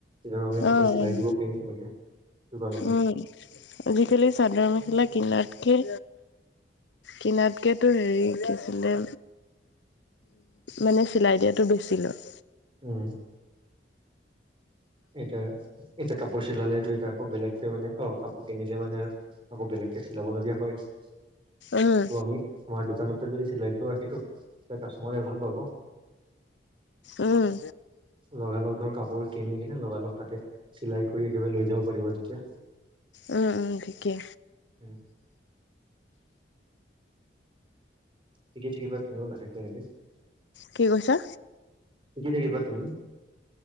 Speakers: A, on the right; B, on the left.
A: ধৰ আমি তাতে
B: অ',
A: চিলাই
B: অ',
A: দিব পাৰিম তোমালোকে দোকানতে
B: উম, আজিকালি চাদৰ মেখেলা কিনাত কে কিনাতকেতো হেৰি কি আছিলে মানে চিলাই দিয়াটো বেছি লয়।
A: উম। এতিয়া, এতিয়া কাপোৰ চিলালেটো এতিয়া আকৌ বেলেগ ত মানে অ, কাপোৰ কিনিলে মানে আকৌ বেলেগকে চিলাব লগীয়া হয়। ত
B: উম,
A: আমি আমাৰ দোকানতে যদি চিলাইটো ৰাখিথওঁ তেতিয়া কাষ্টমাৰে ভাল পাব।
B: উম।
A: লগালগ ধৰ কাপোৰ কিনি কিনে লগালগ তাতে চিলাই কৰি একেবাৰে লৈ যাব পাৰিব তিতিয়া।
B: উম উম ঠিকে।
A: উম শিকি থাকিবা তুমিও লাহেকে এনেকে,
B: কি কৈছা?
A: শিকি থাকিবা তুমি।